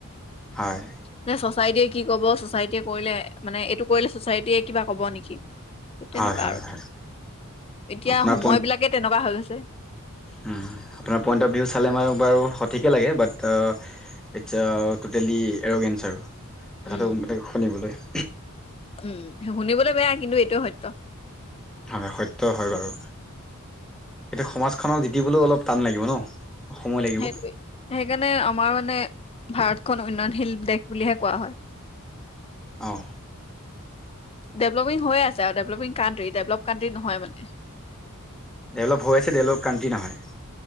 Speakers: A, in the centre; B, on the left.
A: হয়।
B: নহয় চচাইটিয়ে কি কব, চচাইটিয়ে কৰিলে মানে এইটো কৰিলে চচাইটিয়ে কিবা কব নেকি? ঠিক
A: হয়
B: তেনেকুৱা
A: হয়
B: আৰু,
A: হয়
B: এতিয়া
A: আপোনাৰ
B: সময় বিলাকে তেনেকুৱা হৈ গৈছে।
A: উম, আপোনাৰ পইণ্ট অফ ভিউ চালে মই বাৰু সঠিকেই লাগে বাট আ ইচ্ছা টোটেলি এৰোগ এনছাৰ, কথাটো
B: উম
A: মানে শুনিবলৈ
B: উম শুনিবলৈ বেয়া কিন্তু এইটোয়ে সত্য।
A: হয় সত্য হয় বাৰু। এতিয়া সমাজখনক জিদিবলৈও অলপ টান লাগিব ন। সময় লাগিব
B: সেইটোৱে সেইকাৰণে আমাৰ মানে ভাৰতখন উন্নয়নশীল দেশ বুলিহে কোৱা হয়।
A: অঁ
B: ডেভলপিং হৈয়ে আছে আৰু, ডেভলপিং কানট্ৰি ডেভলপ কান্ট্ৰি নহয় মানে।
A: ডেভেলপ হৈ আছে, ডেভলপ কান্ট্ৰি নহয়।